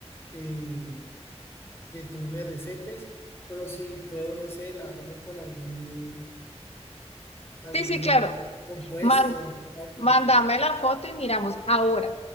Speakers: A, on the left; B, on the left.
A: eh, que tú me recetes, pero si puedo, no sé, lavarme con algún, algún
B: Sí, sí, claro.
A: compuesto,
B: Más
A: algo.
B: Mándame la foto y miramos. Ahora,